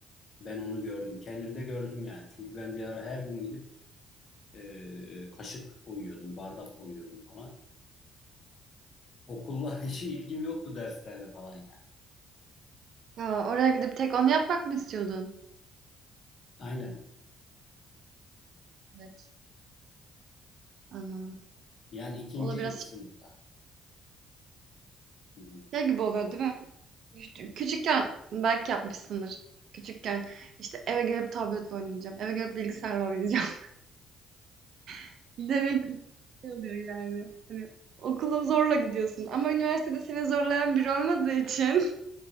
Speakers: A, on the left; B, on the right.
A: Ben onu gördüm. Kendimde gördüm yani. Çünkü ben bir ara her gün gidip e, kaşık koyuyordum, bardak koyuyordum falan. Okulla <laughs> hiç ilgim yoktu derslerle falan yani.
B: Ya, oraya gidip tek onu yapmak mı istiyordun?
A: Aynen.
B: Evet. Anladım.
A: Yani ikinci
B: O da biraz
A: sınıfta. Hı hı.
B: şey gibi oluyor değil mi? Küçük- Küçükken belki yapmışsındır. Küçükken işte eve gelip tabletle oynayacağım. Eve gelip bilgisayarla oynayacağım. <laughs> Demek ki şey oluyor yani. Hani okula zorla gidiyorsun. Ama üniversitede seni zorlayan biri olmadığı için